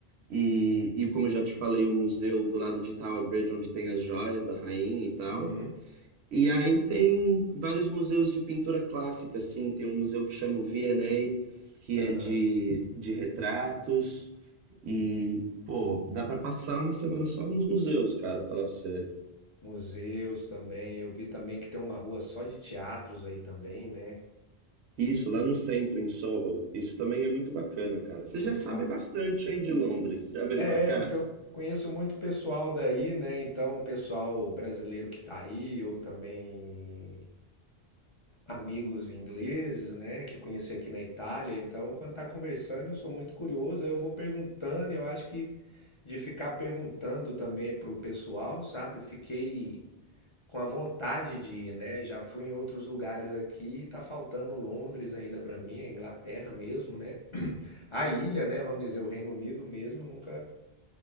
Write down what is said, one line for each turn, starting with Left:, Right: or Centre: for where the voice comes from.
Right: E, e como eu já te falei, o museu do lado de Tower Bridge, onde tem as joias da rainha e tal.
Left: Uhum,
Right: E aí tem vários museus de pintura clássica, assim, tem um museu que chama o V&A, que
Left: aham.
Right: é de, de retratos, e, pô, dá pra passar uma semana só nos museus, cara, falar pra você.
Left: Museus também, eu vi também que tem uma rua só de teatros aí também, né?
Right: Isso, lá no centro, em Soho, isso também é muito bacana, cara. Você
Left: Muito
Right: já sabe
Left: bacana.
Right: bastante, hein, de Londres, já veio
Left: É,
Right: pra cá?
Left: porque eu conheço muito pessoal daí, né? Então, o pessoal brasileiro que tá aí, ou também amigos ingleses, né? Que eu conheci aqui na Itália. Então, quando tá conversando, eu sou muito curioso, aí eu vou perguntando, e eu acho que de ficar perguntando também pro pessoal, sabe? Fiquei com a vontade de ir, né? Já fui em outros lugares aqui, e tá faltando Londres ainda pra mim, a Inglaterra mesmo, né? A ilha, né? Vamos dizer, o Reino Unido mesmo, nunca.